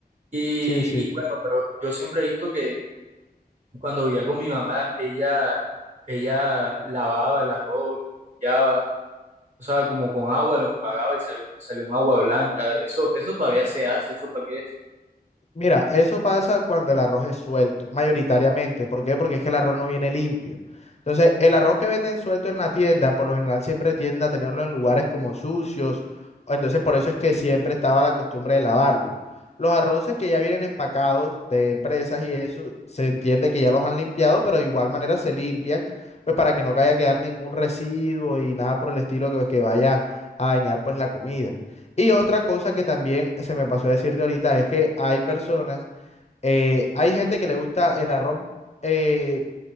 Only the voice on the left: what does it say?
Sí, sí.
Mira, eso pasa cuando el arroz es suelto, mayoritariamente. ¿Por qué? Porque es que el arroz no viene limpio. Entonces, el arroz que venden suelto en la tienda, por lo general siempre tiende a tenerlo en lugares como sucios. o Entonces, por eso es que siempre estaba la costumbre de lavarlos. Los arroces que ya vienen empacados de empresas y eso, se entiende que ya los han limpiado, pero de igual manera se limpian, pues para que no vaya a quedar ningún residuo y nada por el estilo que, pues, que vaya a dañar pues la comida. Y otra cosa que también se me pasó a decirte ahorita es que hay personas, eh, hay gente que le gusta el arroz, eh,